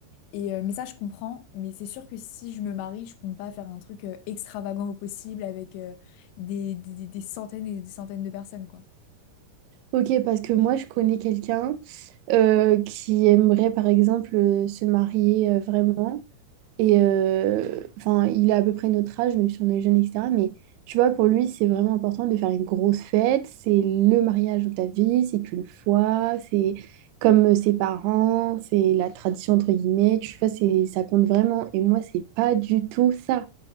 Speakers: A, on the left; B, on the right.
A: Et, euh, mais ça, je comprends. Mais c'est sûr que si je me marie, je compte pas faire un truc euh, extravagant au possible avec euh, des, des- des centaines et des centaines de personnes, quoi.
B: Ok, parce que moi, je connais quelqu'un euh, qui aimerait, par exemple, euh, se marier euh, vraiment. Et euh, enfin, il a à peu près notre âge, même si on est jeune, etc. Mais tu vois, pour lui, c'est vraiment important de faire une grosse fête. C'est le mariage de ta vie, c'est qu'une fois, c'est comme ses parents, c'est la tradition, entre guillemets. Tu vois, c'est, ça compte vraiment. Et moi, c'est pas du tout ça.